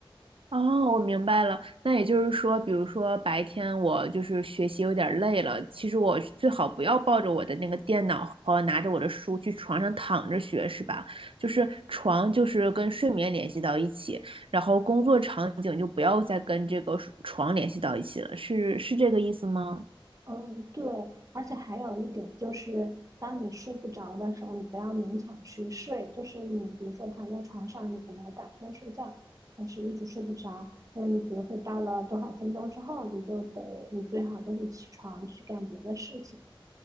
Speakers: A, on the right; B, on the right.
A: 哦，我明白了。那也就是说，比如说白天我就是学习有点儿累了，其实我最好不要抱着我的那个电脑和拿着我的书去床上躺着学，是吧？就是床就是跟睡眠联系到一起，然后工作场景就不要再跟这个睡床联系到一起了，是是这个意思吗？
B: 嗯，对，而且还有一点就是，当你睡不着的时候，你不要勉强去睡。就是你比如说躺在床上，你本来打算睡觉，但是一直睡不着。那你比如说到了多少分钟之后，你就得，你最好就是起床去干别的事情。